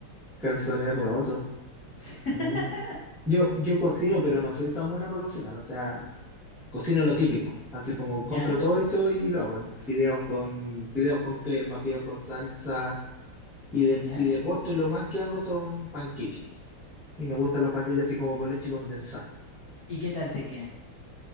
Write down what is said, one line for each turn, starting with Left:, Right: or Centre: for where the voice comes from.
Centre: Calzones rotos.
Left: <laughs>
Centre: Mira. Yo, yo cocino, pero no soy tan buena para cocinar. O sea, cocino lo típico, así como
Left: ¿Ya?
Centre: compro todo hecho y lo hago, fideos con, fideos con crema, fideos con salsa, y de,
Left: ¿Ya?
Centre: y de postre lo más que hago son panqueques, y me gustan los panqueques así como con leche condensada.
Left: ¿Y qué tal te quedan?